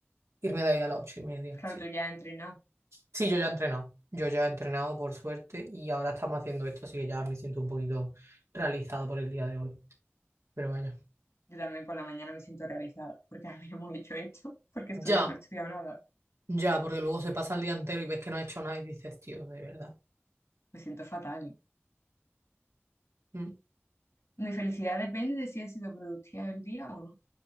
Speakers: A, on the right (about 85°); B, on the left (about 80°).
A: Irme de ahí a las ocho y media.
B: Claro,
A: Sí.
B: tú ya has entrenado.
A: Sí, yo ya he entrenado. Yo ya he entrenado, por suerte, y ahora estamos haciendo esto, así que ya me siento un poquito realizado por el día de hoy. Pero vaya.
B: Yo también por la mañana me siento realizada, porque a mí no hemos hecho esto, porque estudiar
A: Ya,
B: no he estudiado nada.
A: ya, porque luego se pasa el día entero y ves que no has hecho nada y dices, tío, de verdad.
B: Me siento fatal.
A: mm,
B: Mi felicidad depende de si he sido productiva el día o no.